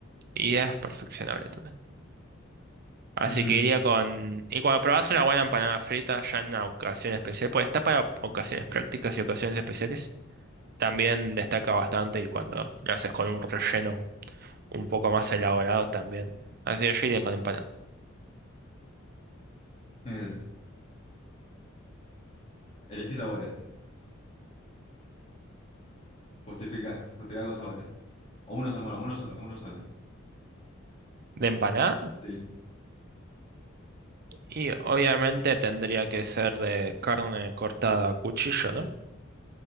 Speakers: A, on the right; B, on the left.
A: y es perfeccionable también. Así
B: Mm,
A: que iría con... Y cuando probás una buena empanada frita ya en una ocasión especial, pues está para ocasiones prácticas y ocasiones especiales, también destaca bastante y cuando lo haces con un relleno un poco más elaborado también. Así que yo iría con empanada.
B: eh, elegí sabores. Justifica, justifica con sabores. O uno, so- bueno, uno solo, uno solo.
A: de empanada
B: Sí,
A: y obviamente tendría que ser de carne cortada a cuchillo, ¿no?